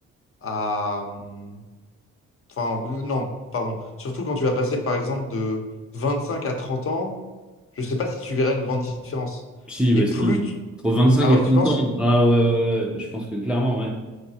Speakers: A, on the left; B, in the centre.
A: à... hum, Enfin, ou- non, pardon. Surtout quand tu vas passer, par exemple, de 25 à 30 ans, je sais pas si tu verras une grande différence.
B: si, bah
A: Et plus...
B: si,
A: tu-
B: entre vingt-cinq
A: Ah
B: et
A: ouais,
B: 30
A: tu penses?
B: ans, ah ouais, ouais, ouais, ouais, je pense que clairement, ouais.